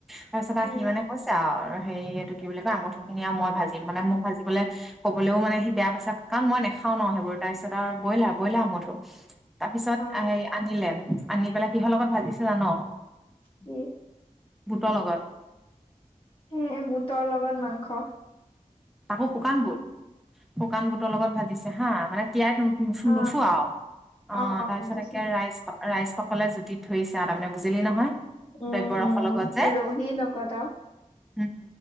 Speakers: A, in the centre; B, on the left.
A: তাৰপিছত আও
B: উম
A: হি মানে কৈছে আৰু হেৰি এইটো কি বুলি কয় আমঠো- খিনি আও মই ভাজিম মানে মোক ভাজিবলে- ক'বলেও মানে সি বেয়া পাইছে, কাৰণ মই নেখাও ন সেইবোৰ তাৰপিছত আৰু ব্ৰইলাৰ ব্ৰইলা ব্ৰয়লাৰ আমঠো। তাপিছত
B: অ
A: আই আনিলে আনি পেলাই কিহ লগত ভাজিছো জান-
B: কি?
A: বুট লগত।
B: এঁ বুটৰ লগত মাংস।
A: তাকো শুকান বুট শুকান বুটৰ লগত ভাজিছে হা মানে তিয়াই- নু-নুঠো
B: অ
A: আৰু অঁ
B: অ অ
A: তাৰপিছত
B: বুজিছো
A: একে ৰাইচ <unintelligible> ৰাইজসকলে জুতিত ধৰিছে আউ তাৰ মানে বুজিলি নহয়? <unintelligible>
B: উম
A: দ্ৰব্যৰসৰ
B: উম
A: লগত যে <unintelligible>
B: ৰহি লগত আৰু
A: উম!